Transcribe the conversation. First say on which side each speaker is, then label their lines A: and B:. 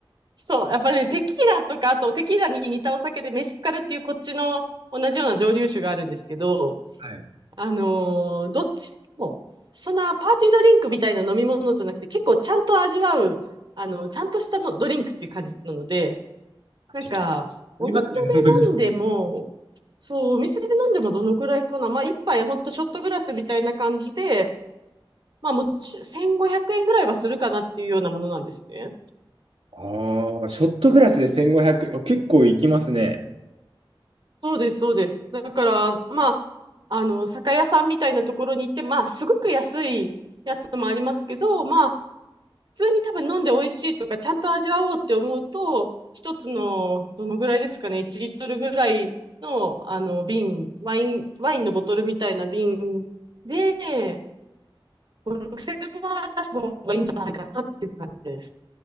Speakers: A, on the right; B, on the right.
A: そう、やっぱね、テキーラとか、あとテキーラに似たお酒でメスカルっていうこっちの同じような蒸留酒があるんですけど、
B: はい。
A: あのーどっちも、そんなパーティードリンクみたいな飲み物じゃなくて、結構ちゃんと味わう、あの、ちゃんとしたのドリンクっていう感じなので、なんか、
B: テキーラって飲むんです。
A: お店で飲んでも、そう、お店で飲んでもどのくらいかな。まあ、一杯ほんとショットグラスみたいな感じで、まあ、もち、1500円ぐらいはするかなっていうようなものなんですね。
B: ああ、ショットグラスで1500円。あ結構いきますね。
A: そうです、そうです。だから、まあ、あの、酒屋さんみたいなところに行って、まあ、すごく安いやつもありますけど、まあ、普通に多分飲んで美味しいとか、ちゃんと味わおうって思うと、一つの、どのぐらいですかね、1リットルぐらいの、あの、瓶、ワイン、ワインのボトルみたいな瓶で、5、6000円は出した方がいいんじゃないかなっていう感じです。